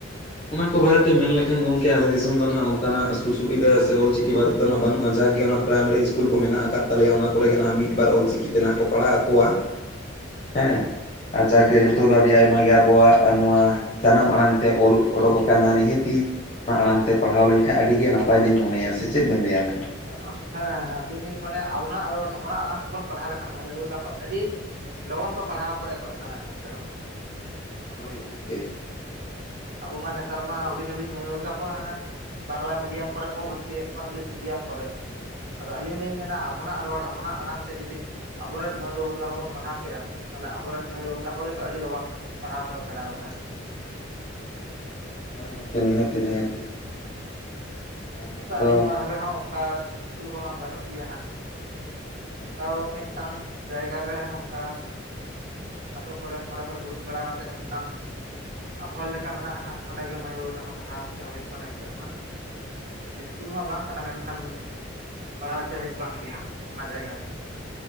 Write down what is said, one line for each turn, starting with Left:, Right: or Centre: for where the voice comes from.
Left: ᱚᱱᱟ ᱠᱚ ᱵᱟᱨᱮᱛᱮ ᱢᱮᱱ ᱞᱮᱠᱷᱟᱱ ᱜᱚᱢᱠᱮ ᱟᱞᱮ ᱫᱤᱥᱚᱢ ᱫᱚ ᱱᱟᱦᱟᱜ ᱚᱱᱠᱟ, ᱱᱟᱜ ᱥᱩ ᱥᱩᱵᱤᱫᱟ ᱥᱮ ᱚᱞᱪᱤᱠᱤ ᱮᱠᱤᱵᱟᱨ ᱫᱚᱱᱟᱜ ᱵᱟᱹᱱᱩᱜ ᱡᱟᱜᱤ ᱚᱱᱟ ᱯᱨᱟᱭᱢᱟᱨᱤ ᱤᱥᱠᱩᱞ ᱠᱚ ᱢᱮᱱᱟᱜ ᱟᱠᱟᱫ ᱛᱟᱞᱮᱭᱟ ᱚᱱᱟ ᱠᱚᱨᱮᱜᱮ ᱱᱟᱦᱟᱜ ᱢᱤᱫ ᱵᱟᱨ ᱚᱞᱪᱤᱠᱤ ᱛᱮ ᱱᱟᱦᱟᱜ ᱠᱚ ᱯᱟᱲᱦᱟᱣ ᱟᱸᱠᱚᱣᱟ,
Right: <unintelligible>
Left: ᱦᱮᱸ ᱟᱨ ᱡᱟᱜᱮ ᱱᱤᱛᱚᱜ ᱫᱚ ᱟᱹᱰᱤ ᱟᱭᱢᱟ ᱜᱮ ᱟᱵᱚᱣᱟᱜ ᱱᱚᱣᱟ ᱡᱟᱱᱟᱢ ᱟᱲᱟᱝ ᱛᱮ ᱚᱞ ᱚᱰᱩᱠ ᱟᱠᱟᱱᱟ ᱱᱤᱦᱟᱹᱛᱤ ᱚᱱᱟ ᱟᱲᱟᱝ ᱛᱮ ᱯᱟᱲᱦᱟᱣ ᱞᱮᱱᱠᱷᱟᱱ ᱟᱹᱰᱤ ᱜᱮ ᱱᱟᱯ ᱱᱟᱯᱟᱭ ᱞᱤᱧ ᱢᱚᱱᱮᱭᱟ ᱥᱮ ᱪᱮᱫ ᱵᱮᱱ ᱞᱟᱹᱭᱟ ᱟᱵᱮᱱ?
Right: ᱦᱮᱸ ᱦᱮᱸ ᱟᱹᱞᱤᱧ ᱞᱤᱧ ᱢᱚᱱᱮᱭᱟ ᱟᱵᱚᱱᱟᱜ ᱨᱚᱲ ᱟᱵᱚᱱᱟᱜ ᱟᱲᱟᱝ ᱛᱮᱵᱚᱱ ᱯᱟᱲᱦᱟᱣ ᱞᱮᱠᱷᱟᱱ ᱢᱟᱹᱭ ᱵᱟᱹᱵᱩ ᱛᱟᱠᱚ ᱟᱹᱰᱤ ᱞᱚᱜᱚᱱ ᱠᱚ ᱯᱟᱲᱦᱟᱣ ᱠᱚ ᱮᱛᱚᱦᱚᱵ ᱫᱟᱲᱮᱭᱟᱜᱼᱟ ᱥᱮ ᱵᱟᱝ?
Left: ᱦᱳᱭ ᱜᱚᱝᱠᱮ᱾
Right: ᱟᱵᱚ ᱢᱟ ᱱᱮᱛᱟᱨ ᱢᱟ ᱦᱩᱰᱤᱧ ᱦᱩᱰᱤᱧ ᱢᱟᱹᱭ ᱵᱟᱹᱵᱩ ᱛᱟᱠᱚ ᱦᱟᱱᱟ ᱵᱟᱝᱞᱟ ᱢᱤᱰᱤᱭᱟᱢ ᱠᱚᱨᱮᱜᱠᱚ ᱵᱷᱚᱨᱛᱤᱭᱮᱫ ᱠᱚᱣᱟ ᱤᱝᱞᱤᱥ ᱢᱤᱰᱤᱭᱟᱢ ᱠᱚᱨᱮᱜ᱾ ᱟᱫᱚ ᱟᱹᱞᱤᱧ ᱞᱤᱧ ᱢᱮᱱᱟ ᱟᱵᱚᱱᱟᱜ ᱨᱚᱲ ᱟᱵᱚᱱᱟᱜ ᱟᱲᱟᱝ ᱛᱮ ᱡᱩᱫᱤ ᱟᱵᱚᱨᱮᱱ ᱢᱟᱹᱭ ᱵᱟᱹᱵᱩ ᱛᱟᱠᱚ ᱵᱚᱱ ᱯᱟᱲᱦᱟᱣ ᱠᱮᱭᱟ ᱛᱟᱦᱚᱞᱮ ᱟᱵᱚᱨᱮᱱ ᱢᱟᱹᱭ ᱵᱟᱹᱵᱩ ᱛᱟᱠᱚ ᱜᱮᱛᱚ ᱟᱹᱰᱤ ᱞᱚᱜᱚᱱ ᱯᱟᱲᱦᱟᱣ ᱠᱚᱭ ᱥᱮᱬᱟᱸ ᱜᱚᱫᱟ᱾
Left: ᱦᱳᱭ ᱜᱚᱡᱠᱮ ᱱᱤᱦᱟᱹᱛᱤ ᱱᱤᱦᱟᱹᱛᱤ᱾ ᱢᱮᱱᱫᱚ
Right: ᱛᱚ ᱟᱹᱞᱤᱧ ᱱᱚᱣᱟ ᱫᱷᱟᱨᱮ ᱦᱚᱸ ᱚᱱᱠᱟ ᱤᱥ ᱤᱥᱠᱩᱞ ᱠᱚᱢᱟ ᱵᱟᱹᱱᱩᱜ ᱜᱮᱭᱟ ᱦᱟᱸᱜ᱾
Left: ᱟᱪᱪᱷᱟ
Right: ᱛᱟᱣ
Left: ᱟᱪᱪᱷᱟ
Right: ᱢᱤᱫᱴᱟᱝ ᱡᱟᱭᱜᱟ ᱨᱮ ᱚᱝᱠᱟ ᱟᱛᱳ ᱠᱚᱬᱮᱱ ᱢᱚᱬᱮ ᱦᱚᱲ ᱫᱩᱲᱩᱵ ᱵᱟᱲᱟ ᱠᱟᱛᱮᱫ ᱢᱤᱫᱴᱟᱝ ᱦᱚᱲ ᱞᱮᱠᱟ ᱢᱮᱱᱟᱜᱼᱟ ᱦᱟᱸᱜ ᱚᱸᱰᱮ ᱜᱮ ᱢᱟᱹᱭ ᱵᱟᱹᱵᱩ ᱛᱟᱠᱚ ᱯᱟᱲᱦᱟᱣ ᱦᱚᱪᱚ ᱦᱩᱭᱩᱜ ᱠᱟᱱᱟ ᱱᱤᱛᱚᱜ ᱢᱟ᱾ ᱤᱥᱠᱩᱞ ᱢᱟ ᱵᱟᱝ ᱠᱟᱱᱟ ᱢᱮᱱᱠᱷᱟᱱ ᱯᱟᱲᱦᱟᱣ ᱦᱚᱪᱚ ᱦᱩᱭᱩᱜ ᱠᱟᱱ ᱜᱮᱭᱟ ᱚᱱᱟ ᱡᱟᱭᱜᱟ ᱨᱮ᱾